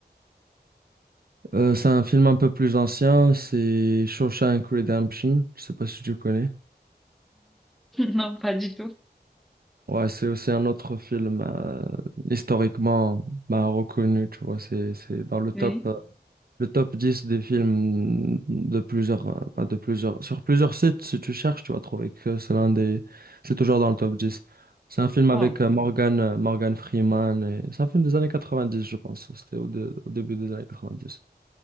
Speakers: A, on the right (about 60°); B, in the centre.
A: euh, c'est un film un peu plus ancien, c'est Shawshank Redemption. Je sais pas si tu connais.
B: Non, pas du tout.
A: Ouais, c'est aussi un autre film euh, historiquement bah, reconnu, tu vois, c'est, c'est dans le top.
B: Oui.
A: le top 10 des films de plusieurs, euh, pas de plusieurs, sur plusieurs sites, si tu cherches, tu vas trouver que c'est l'un des, c'est toujours dans le top dix C'est un film avec
B: Oh.
A: euh, Morgan, euh, Morgan Freeman et c'est un film des années quatre-vingt-dix je pense. C'était au, dé- au début des années quatre-vingt-dix